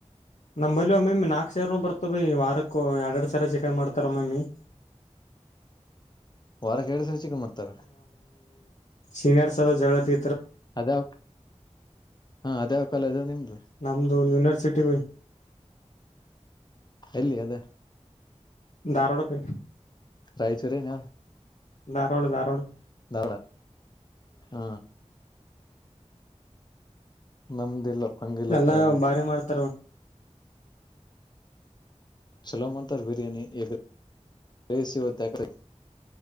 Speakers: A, on the left; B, on the left.
A: ನಮಲ್ವ ಒಮ್ಮೊಮ್ಮೆ ನಾಲ್ಕ್ ಸಾವರನು ಬರ್ತವ ವಾರಕ್ಕೂ ಎರಡೆ ಎರಡು ಸಾವಿರ ಚೆಕನ್ ಮಾಡ್ತಾರ ಒಮ್ಮೊಮ್ಮೆ <inaudible>
B: ವಾರ ಕ ಸರ್ ಚಿಗ್ ಮಾಡ್ತಾರ
A: ಸೀನಿಯಾರ್ ಸದ ಜಗಳ ತೀ
B: ಅದೇ ಹಾ ಅದೇವ್ ಕಾಲೇಜ ಅ ನಿಮ್ದ
A: ನಮ್ದು ಯನಿವಾರ್ಸಿಟಿ ಬಯ್
B: ಎಲ್ಲಿ ಅದ
A: ದಾರವಾಡ ಬೈ
B: ರಾಯಚೂರ್ರೆನ
A: ದಾರವಾಡ್ ದಾರವಾಡ್
B: ದಾರವಾಡ ಹು ನಮ್ದ ಇಲ್ಲಪ್ಪ ಹಂಗಿಲ್ಲಪ್ಪ
A: ಎಲ್ಲಾ
B: ಇಲ್ಲಿ
A: ಬಾರಿ ಮಾಡ್ತಾರ
B: ಚಲೋ ಮಾಡ್ತರ್ ಬಿರಿಯಾನಿ ಎಗ್ರೈಸ್ ಇವತ್ ಯಾಕೊ